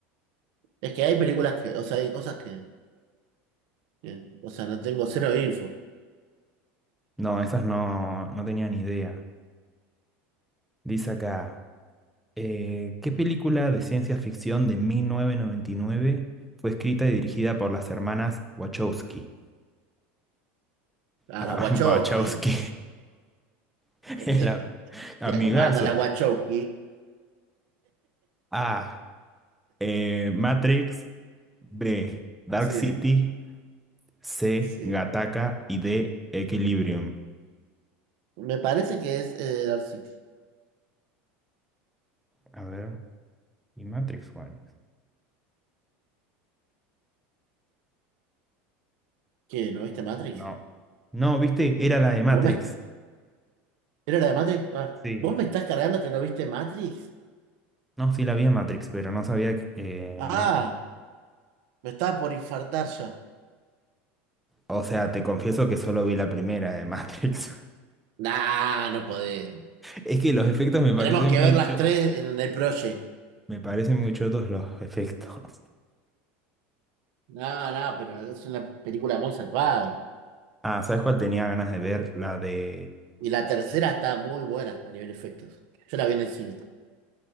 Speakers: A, on the right; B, in the centre.
A: Es que hay películas que, o sea, hay cosas que... Bien, O sea, no tengo cero info.
B: No, esas no, no tenía ni idea. Dice acá. Eh, ¿qué película de ciencia ficción de 1999 fue escrita y dirigida por las hermanas Wachowski?
A: Ah,
B: Ah,
A: la Wachowski.
B: <laughs> Wachowski, <laughs>
A: <laughs>
B: el am- amigazo.
A: ¿Ya cómo anda la Wachowski?
B: A. eh, Matrix. B. Dark
A: Sí,
B: City. C.
A: sí.
B: Gattaca. Y D. Equilibrium.
A: Me parece que es eh, Dark City.
B: A ver. ¿Y Matrix cuál es?
A: ¿Qué? ¿No viste Matrix?
B: No. No, viste, era la de Matrix.
A: ¿Vos me... ¿Era la de Matrix? Ah,
B: Sí.
A: ¿vos me estás cargando que no viste Matrix?
B: No, sí la vi a Matrix, pero no sabía que... eh,
A: Ah,
B: no.
A: me estaba por infartar ya.
B: O sea, te confieso que solo vi la primera de Matrix.
A: Nah, no podés.
B: Es que los efectos me parecen
A: Tenemos que
B: muy
A: ver las
B: cho-
A: tres
B: <laughs>
A: en el proye.
B: me parecen muy chotos los efectos. <laughs>
A: No, no, pero es una película muy zarpada.
B: Ah, ¿sabes cuál tenía ganas de ver? La de
A: Y la tercera está muy buena a nivel efectos. Yo la vi en el cine.